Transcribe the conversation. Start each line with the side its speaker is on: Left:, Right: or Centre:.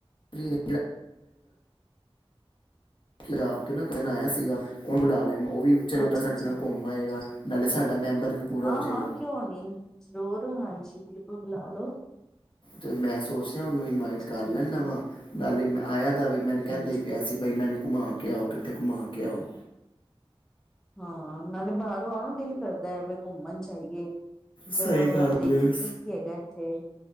Left: <unintelligible> ਪੰਜਆਬ ਤੋਂ ਨਾ ਕਜ਼ਨ ਆਇਆ ਸੀਗਾ ਉਂਨੂੰ ਬੁਲਾ ਲੈਂਦਾ ਉਹ ਵੀ ਚਲੋ
Centre: ਅੱਛਾ
Left: ਤਾਂ ਸਾਡੇ
Centre: ਅੱਛਾ
Left: ਨਾਲ ਘੁੰਮ ਆਏਗਾ ਨਾਲੇ ਸਾਡਾ ਮੈਂਬਰ ਵੀ ਪੂਰਾ
Centre: ਹਾਂ
Left: ਹੋ ਜਾਏਗਾ
Centre: ਹਾਂ ਕਿਉਂ ਨੀ ਜ਼ਰੂਰ ਹਾਂਜੀ ਬਿਲਕੁਲ ਹੈਲੋ
Left: ਅਤੇ ਮੈਂ ਸੋਚ ਰਿਹਾ ਉਹਨੂੰ ਇਨਵਾਈਟ ਕਰ
Centre: ਠੀਕ
Left: ਲੈਂਦਾ
Centre: ਹੈ
Left: ਵਾਂ ਨਾਲੇ ਮੈ ਆਇਾ <unintelligible> ਮੈਨ ਕਹਿੰਦਾ
Centre: ਹਾਂਜੀ
Left: ਹੀ ਪਿਆ ਸੀ ਬਈ ਮੈਨੂੰ ਘੁੰਮਾ ਕੇ ਆਓ ਕਿੱਥੇ ਘੁੰਮਾ ਕੇ ਆਓ
Centre: ਹਾਂ ਨਾਲੇ ਬਾਹਰੋਂ ਆ ਨਾ ਦਿਲ ਕਰਦਾ ਹੈ ਵੀ ਘੁੰਮਣ ਜਾਈਏ
Left: ਸਹੀ
Centre: ਜਗ੍ਹਾ ਵਗੈਰਾ
Left: ਗੱਲ
Centre: ਦੇਖੀ
Left: ਹੈ
Centre: ਕੀ ਕੀ ਹੈਗਾ ਇੱਥੇ